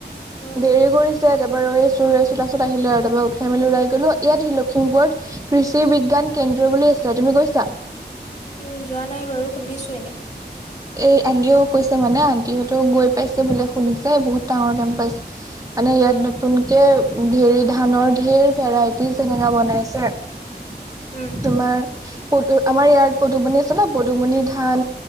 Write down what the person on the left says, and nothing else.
উম
উম যোৱা নাই বাৰু, খুন্দিছো <unintelligible> এনে
অ
উম